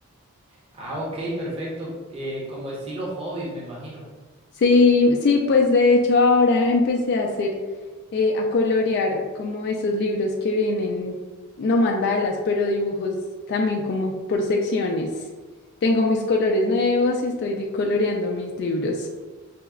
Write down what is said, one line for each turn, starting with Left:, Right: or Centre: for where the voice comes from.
Right: Ah, ok, perfecto. Eh, como estilo hobbies, me imagino.
Left: Sí, sí, pues de hecho ahora empecé a hacer, eh, a colorear como esos libros que vienen, no mandalas, pero dibujos también como por secciones. Tengo mis colores nuevos y estoy di- coloreando mis libros.